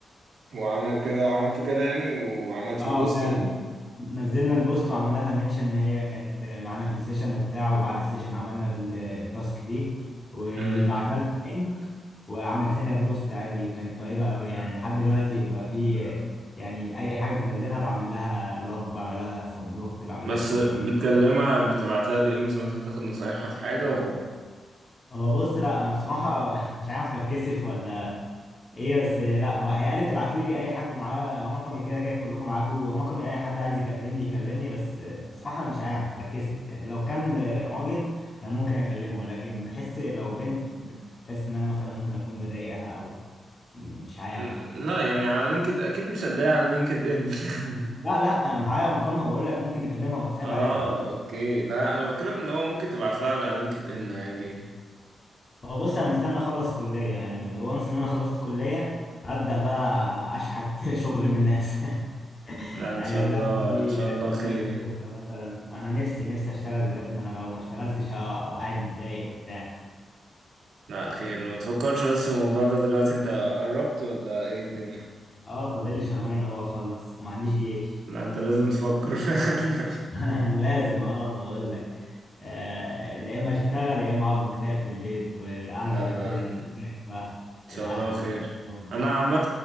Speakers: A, on the right; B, on the left.
A: وعمل كده وعملته كده يعني وعملت
B: اه
A: ريبوست
B: فعلا
A: وكده
B: نزلنا البوست وعملنا لها منشن ان هي كانت معانا في السيشن وبتاع وبعد السيشن عملنا ال- التاسك دي وبعتنا
A: امم
B: لها اللينك وعملت لنا بوست عادي وكانت طيبة قوي يعني لحد دلوقتي بيبقى في يعني اي حاجة بتنزلها بعمل لها لاف بعمل لها سبورت بعمل
A: بس
B: لها سيلبريت
A: بتكلمها بتبعت لها دي امز مثلا تاخد نصايحها في حاجة ولا
B: هو بص لا انا بصراحة <laughs> مش عارف بتكسف ولا ايه بس لا ما- هي قالت تبعتوا لي اي حد معاه رقمي كده كده كلكم معاكم رقمي اي حد عايز يكلمني يكلمني بس بصراحه انا مش عارف بتكسف يعني لو كان راجل كان ممكن اكلمه لكن بحس لو بنت بتحس ان انا مثلا ممكن اكون بضايقها او مش عارف
A: مم،
B: يعني
A: لا يعني على لينكد اكيد مش هتضايق على لينكد ان <laughs>
B: لا لا معايا رقمها بقول لك ممكن نكلمها واتساب
A: اه
B: عادي
A: اوكي لا انا بتكلم ان هو ممكن تبعت لها على لينكد ان عادي <laughs>
B: هو بص انا مستني اخلص كليه يعني وانس ان انا خلصت كليه هبدا بقى اشحت <laughs> شغل من الناس <laughs>
A: لا
B: يعني
A: ان شاء
B: اقول
A: الله
B: لها لو في
A: ان شاء الله
B: قدامك
A: خير يعني
B: فرصه مثلا انا نفسي نفسي اشتغل بجد انا لو ما اشتغلتش هبقى قاعد متضايق وبتاع
A: لا خير ما تفكرش بس في الموضوع ده دلوقتي انت قربت ولا ايه الدنيا
B: اه فاضل لي شهرين اهو اخلص وما عنديش جيش
A: لا انت لازم تفكر <laughs> فعلا
B: <laughs> انا لازم اه اقول لك آه، يا اما اشتغل يا اما اقعد مكتئب في البيت والقعده
A: لا
B: في البيت
A: لا
B: بتخنق بقى
A: شاء
B: الاهل
A: الله خير
B: اه
A: انا عامه